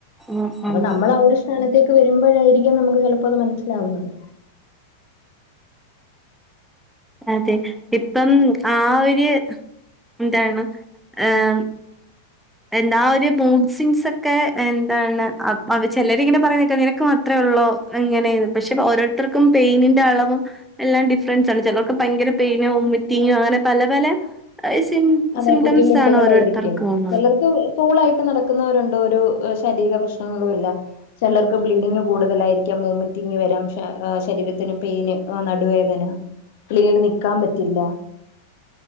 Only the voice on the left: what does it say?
അപ്പൊ
നമ്മൾ ആ ഒര് സ്ഥാനത്തേക്ക് വരുമ്പഴായിരിക്കും നമക്ക് ചെലപ്പോ അത് മൻസ്സിലാവുന്നത്.
അതെ
ബുദ്ധിമുട്ടുകളായിരിക്കും
ചിലർക്ക് കൂളായിട്ട് നടക്കുന്നവരുണ്ടൊരു എഹ് ശാരീര പ്രശ്നങ്ങളുല്ല. ചെലർക്ക് ബ്ലീഡിങ് കൂടുതലായിരിക്കും ഒമിറ്റിങ് വരാം ശ എഹ് ശരീരത്തിന് പെയ്ന് എഹ് നടുവേദന പ്ലീങ്ങനെ നിക്കാൻ പറ്റില്ല